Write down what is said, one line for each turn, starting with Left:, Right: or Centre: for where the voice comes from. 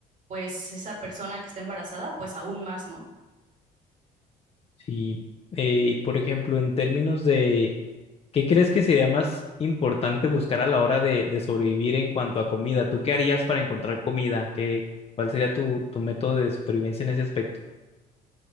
Right: pues esa persona que está embarazada, pues aún más, ¿no?
Left: Sí, eh, por ejemplo, en términos de, ¿qué crees que sería más importante buscar a la hora de, de sobrevivir en cuanto a comida? ¿Tú qué harías para encontrar comida? ¿Qué, cuál sería tu, tu método de supervivencia en ese aspecto?